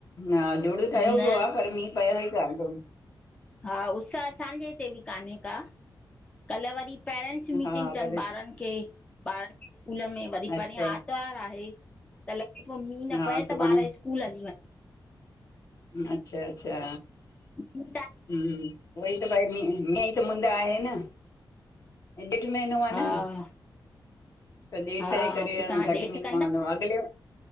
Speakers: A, on the left (about 40°); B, on the left (about 15°).
A: हा जुड़ ठहियो
B: न
A: पियो आ
B: न
A: पर मींहुं पया ई कानितमु।
B: हा उसअ असांजे हिते बि कान्हे का, कल्ह वरी पेरेंट्स मीटिंग
A: हा
B: तनि
A: पर
B: ॿारनि खे, ॿारनि खे स्कूलु में
A: अच्छा
B: वरी परियु आत आर्तवार आहे त लॻे पो मींहुं न
A: हा
B: पए
A: सुभाणे
B: त ॿारु स्कूल हली वञनि।
A: अच्छा अच्छा
B: वञनि
A: हूं वई त पई मींं मींई त मुंद आहे न। हे ॼेठ महनो आ
B: हा
A: न। त ॼेठ
B: हा
A: जे करे
B: पोइ
A: अ
B: तव्हां
A: घटि
B: ॾेठ
A: मींहुं
B: कंदा
A: पवंदो आ अॻिले